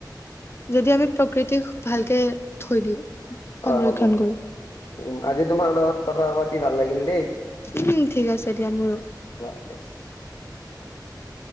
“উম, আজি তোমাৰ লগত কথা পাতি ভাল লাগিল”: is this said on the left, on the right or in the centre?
Left